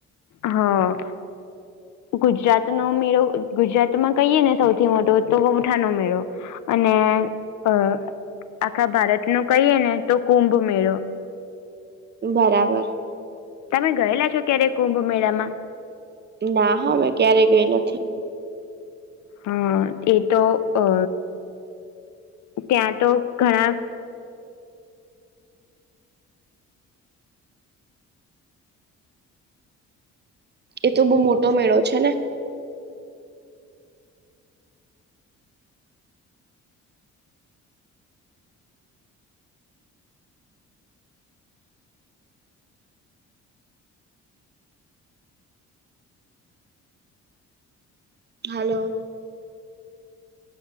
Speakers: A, on the left; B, on the right.
A: હા ગુજરાત નો મેળો ગુજરાતમાં કહીએ ને સૌથી મોટો તો વૈઠાનો મેળો અને અ આખા ભારતનો કહીએ ને તો કુંભ મેળો
B: બરાબર
A: તમે ગયેલા છો ક્યારે કુંભ મેળામાં?
B: ના હો મે ક્યારે ગઈ નથી
A: હા એ તો અ ત્યાં તો ઘણા
B: એતો બહુ મોટો મેળો છે ને હાલો